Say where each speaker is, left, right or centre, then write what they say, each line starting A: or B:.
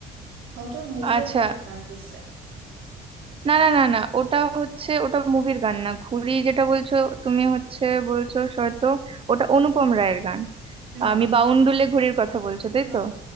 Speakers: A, on the right (about 90°); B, on the right (about 35°).
A: ও তো মুভি
B: আচ্ছা
A: অনেক গান করছে
B: না না না না ওটা হচ্ছে ওটা মুভির গান না ঘুড়ি যেটা বলছো তুমি হচ্ছে বলছো হয়তো ওটা অনুপম রায়ের গান
A: না
B: আমি বাউন্ডুলে ঘুড়ির কথা বলছো তাই
A: না
B: তো
A: না,